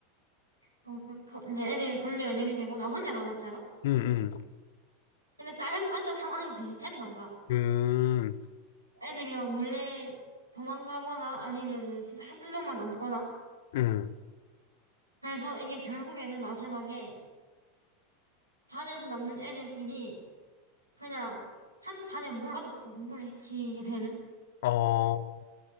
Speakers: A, on the right; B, on the left.
A: 어, 그, 그, 이제 애들이 그걸로 연예인이 되고, 나 혼자 남았잖아?
B: 음, 음,
A: 근데 다른 반도 상황이 비슷했나 봐.
B: 음,
A: 애들이 막 몰래 도망가거나 아니면은 진짜 한두 명만 남거나.
B: 음.
A: 그래서 이게 결국에는 마지막에 반에서 남는 애들끼리 그냥 한 반에 몰아놓고 공부를 시키게 되는?
B: 어,